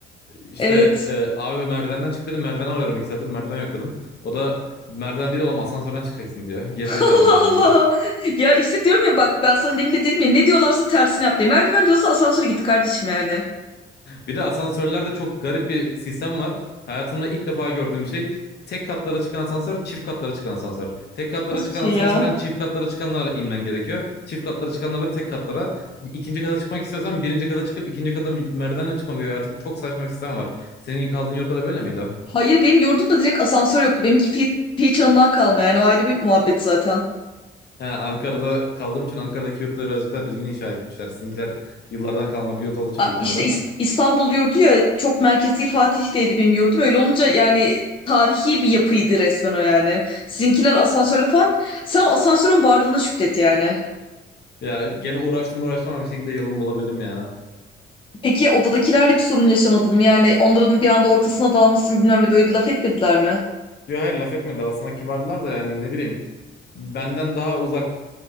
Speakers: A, on the left (about 55°); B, on the left (about 25°).
A: İşte
B: Evet.
A: e, abi merdivenden çık dedim. Merdiveni arıyorum iki saattir. Merdiven yok dedim. O da merdiven değil oğlum asansörden çıkacaksın diyor. Gerizekalı
B: <laughs> Allah
A: adam yani.
B: Allah. Ya işte diyorum ya bak ben sana demin de dedim ya ne diyorlarsa tersini yap diye. Merdiven diyorsa asansöre git kardeşim yani.
A: Bir de asansörlerde çok garip bir sistem var. Hayatımda ilk defa gördüğüm şey tek katlara çıkan asansör, çift katlara çıkan asansör. Tek katlara
B: Nasıl
A: çıkan
B: bir şey
A: asansörden
B: ya?
A: çift katlara çıkanlarla inmen gerekiyor. Çift katlara çıkanlarla tek katlara. İkinci kata çıkmak istiyorsan birinci kata çıkıp ikinci kata merdivenle mi çıkmam gerekiyor? Artık çok saçma bir sistem var. Senin kaldığın yurtta da böyle miydi?
B: Hayır benim yurdumda direkt asansör yoktu. Benimki Fi Fi çağından kalma yani o ayrı bir muhabbet zaten.
A: He, Ankara'da kaldığım için Ankara'daki yurtları birazcık daha düzgün inşa etmişler. Sizinkiler yıllardan kalma bir yurt olduğu için
B: A-
A: büyük ihtimalle.
B: İşte İs- İstanbul yurdu ya çok merkezi Fatih'teydi benim yurdum. Öyle olunca yani tarihi bir yapıydı resmen o yani. Sizinkiler asansörle falan. Sen o asansörün varlığına şükret yani.
A: Ya gene uğraştım uğraştım ama bir şekilde yolumu bulabildim yani.
B: Peki odadakilerle bir sorun yaşamadın mı? Yani onların bir anda ortasına dalmışsın bilmem ne böyle bir laf etmediler mi?
A: Yo hayır laf etmediler aslında kibardılar da yani ne bileyim benden daha uzak